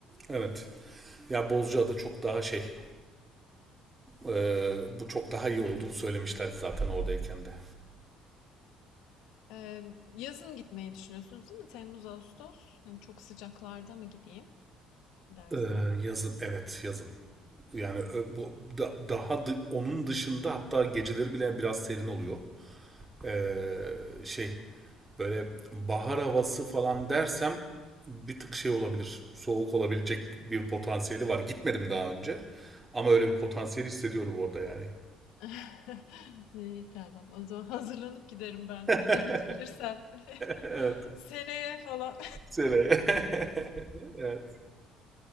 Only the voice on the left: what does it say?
Eee, yazın gitmeyi düşünüyorsunuz değil mi? Temmuz, Ağustos. Hani çok sıcaklarda mı gideyim dersem?
<laughs> İyi tamam. O zaman hazırlanıp giderim ben.
Gidebilirsem. <laughs>
Seneye falan.